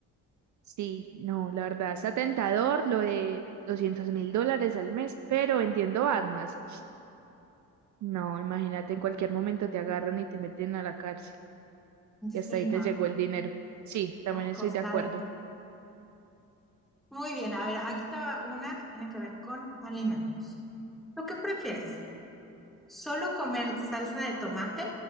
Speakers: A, on the right (about 60°); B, in the centre.
A: Sí, no, la verdad, está tentador lo de doscientos mil dólares al mes, pero vendiendo armas. No, imagínate, en cualquier momento te agarran y te meten a la cárcel y hasta
B: sí,
A: ahí
B: no,
A: te llegó el dinero. Sí, también
B: a
A: estoy
B: costa
A: de acuerdo.
B: de ti. Muy bien, a ver, aquí está una que tiene que ver con alimentos. ¿Tú qué prefieres? ¿Solo comer salsa de tomate